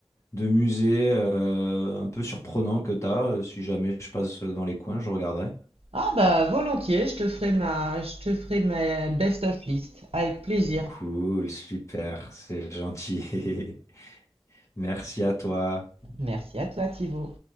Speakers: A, on the left; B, on the right.
A: de musées euh, un peu surprenants que tu as. Si jamais je passe dans les coins, je regarderai.
B: ah bah volontiers, je te ferai ma, je te ferai ma best of list avec plaisir.
A: Cool, super, c'est gentil. <laughs> Merci à toi.
B: Merci à toi, Thibaut.